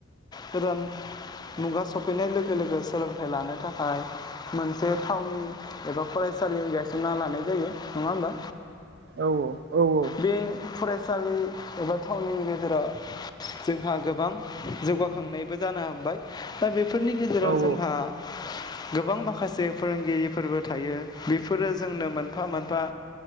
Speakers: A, on the left; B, on the right.
A: गोदान मुगा सफैनाय लोगो लोगो सोलोंथाइ लानो थाखाय मोनसे थावनि एबा फरायसालि गायसनना लानाय जायो नङा होमबा।
B: औ औ औ औ।
A: बे फरायसालि एबा थावनि गेजेराव जोंहा गोबां जौगाखांनायबो जानो हाबबाय दा बे फोरनि गेजेराव
B: नंगौ
A: जोंहा गोबां माखासे फोरोंगिरिफोरबो थायो बेफोरो जोंनो मोनफा मोनफा